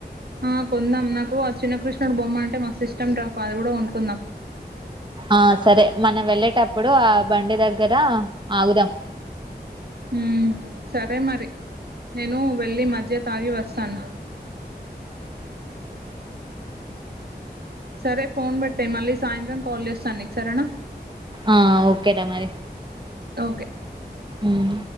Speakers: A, on the right (about 65°); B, on the right (about 25°).
A: ఆ కొందాం నాకు ఆ చిన్న కృష్ణుడు బొమ్మ అంటే మస్త్ ఇష్టం రా కో అది కూడ కొనుక్కుందాం.
B: ఆ సరే మనం వెళ్ళేటప్పుడు ఆ బండి దగ్గరా ఆగుదాం
A: ఉమ్ సరే మరి నేనూ వెళ్ళి మజ్జిగ తాగి వస్తాను. సరే ఫోన్ పెట్టేయ్ మళ్ళీ సాయంత్రం కాల్ చేస్తా నీక్ సరేన
B: ఆ ఓకెర మరి
A: ఓకె
B: ఉమ్